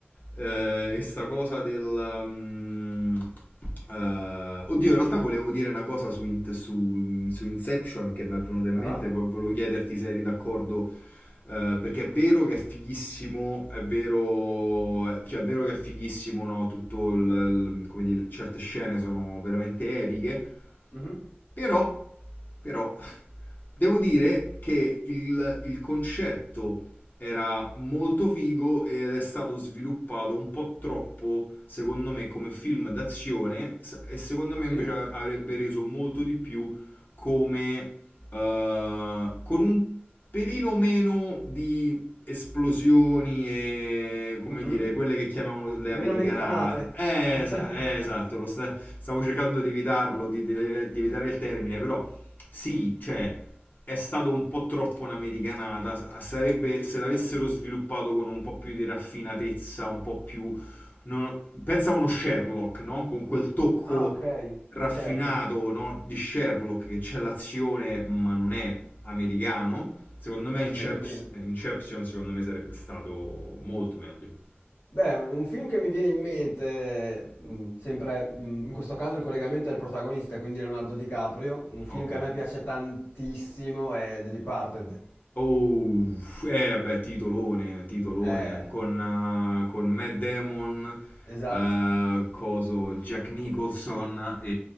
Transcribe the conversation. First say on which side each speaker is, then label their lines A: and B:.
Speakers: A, on the left; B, on the left.
A: eh, e sta cosa del... mm, Eh, oddio, in realtà volevo dire una cosa su, Int- su- su Inception che mi è venuta in
B: Ah,
A: mente, vo- volevo chiederti se eri d'accordo, eh, perché è vero che è fighissimo, è vero, eh, cioè è vero che è fighissimo, no? Tutto il, il- come dire, certe scene sono veramente epiche,
B: mhm,
A: però, però, devo dire che il, il concetto era molto figo ed è stato sviluppato un po' troppo, secondo me, come film d'azione s- e secondo me
B: Sì?
A: invece a- avrebbe reso molto di più come eh, con un pelino meno di esplosioni e come
B: Mh-mh.
A: dire, quelle che chiamiamo le
B: Meno
A: americanate.
B: americanate.
A: Eh,
B: <laughs>
A: esa- eh, esatto, lo sta- stavo cercando di evitarlo, di, di- di evitare il termine, però sì, cioè è stato un po' troppo un'americanata. S- Sarebbe se l'avessero sviluppato con un po' più di raffinatezza, un po' più non- pensa a uno Sherlock, no? Con quel tocco
B: Ah, okay,
A: raffinato,
B: certo,
A: no? Di Sherlock che c'è l'azione, ma non è americano. Secondo me
B: assolutamente.
A: Inceps- Inception, secondo me sarebbe stato molto meglio.
B: Beh, un film che mi viene in mente, mhmm, sempre, mhmm, in questo caso il collegamento è il protagonista, quindi Leonardo DiCaprio, un film
A: Ok.
B: che a me piace tantissimo è The Departed.
A: Oh, eh beh, titolone, titolone,
B: Eh,
A: con, eh, con Matt Damon,
B: esatto.
A: eh, coso, Jack Nicholson e...